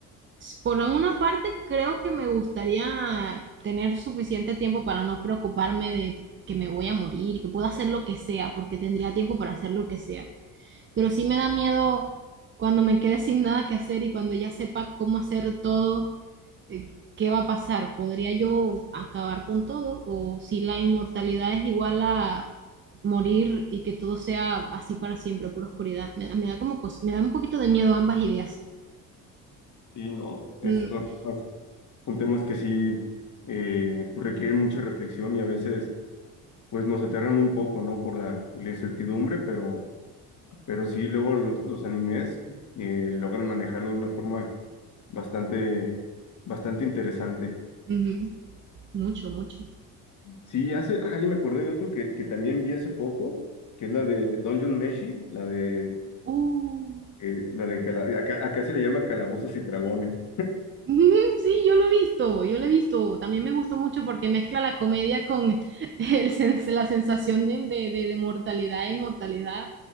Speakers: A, on the right; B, on the left.
A: Por una parte, creo que me gustaría tener suficiente tiempo para no preocuparme de que me voy a morir, que puedo hacer lo que sea, porque tendría tiempo para hacer lo que sea. Pero sí me da miedo cuando me quede sin nada que hacer y cuando ya sepa cómo hacer todo, eh, qué va a pasar. ¿Podría yo acabar con todo? ¿O si la inmortalidad es igual a morir y que todo sea así para siempre, pura oscuridad? Me, da- me da como cos- me da un poquito de miedo ambas ideas.
B: Sí, no. Es,
A: Mm,
B: son, son temas que sí eh, pues requieren mucha reflexión y a veces pues nos aterran un poco, ¿no? Por la, por la incertidumbre, pero, pero sí, luego los, los animes eh, logran manejarlo de una forma bastante, bastante interesante.
A: ujú. Mucho, mucho.
B: Sí, hace, ah, ya me acordé de otro que, que también vi hace poco, que es la de Dungeon Meshi, la de,
A: Oh. <laughs>
B: eh, la de cala- acá, acá se le llama Calabozos y Dragones.
A: Ujú, Sí, yo lo he visto, yo lo he visto. También me gustó mucho porque mezcla la comedia con <laughs> el sens- la sensación de, de, de, de mortalidad e inmortalidad.